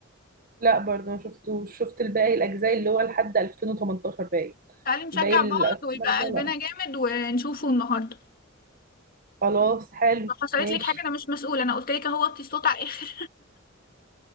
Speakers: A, on the right (about 45°); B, on the left (about 45°).
A: لا برضه ما شفتوش شفت الباقي الاجزاء اللي هو لحد 2018 باقي
B: تعالي نشجع
A: باقي الاجزاء
B: بعض ويبقى قلبنا
A: لا
B: جامد ونشوفه النهاردة
A: خلاص حلو
B: لو حصلت
A: ماشي
B: لك حاجة أنا مش مسؤولة أنا قلت لك أهو وطي الصوت على الآخر